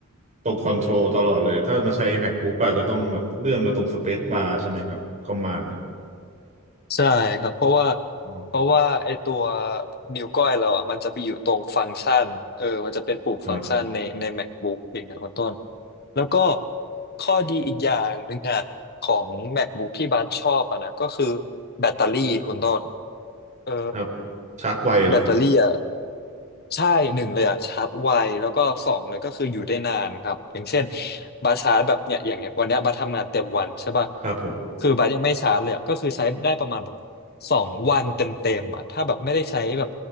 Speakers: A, on the right; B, on the left.
A: ตรงคอนโทรลตลอดเลยถ้ามาใช้ MacBook ก็อาจจะต้องแบบเลื่อนมาตรงสเปซบาร์ใช่ไหมครับคอมมานด์อ่ะ
B: ใช่ครับเพราะว่า
A: อ๋อ
B: เพราะว่าไอตัวนิ้วก้อยเราอ่ะมันจะไปอยู่ตรงฟังก์ชันเออมันจะเป็นปุ่มฟังก์ชันในใน
A: ครับ
B: MacBook เองนะคุณต้นแล้วก็ข้อดีอีกอย่างหนึ่งอ่ะของ MacBook ที่บัสชอบอ่ะนะก็คือแบตเตอรี่คุณต้นเออ
A: ครับชาร์จไวเหรอครับ
B: แบตเตอรี่อ่ะใช่หนึ่งเลยอ่ะชาร์จไวแล้วก็สองเลยก็คืออยู่ได้นานครับอย่างเช่นบาสชาร์จแบบเนี่ยอย่างเงี้ยวันเนี้ยบาสทำงานเต็มวันใช่ป่ะ
A: ครับผม
B: คือบาสยังไม่ชาร์จเลยอ่ะก็คือใช้ได้ประมาณแบบสองวันเต็มๆอ่ะถ้าแบบไม่ได้ใช้แบบ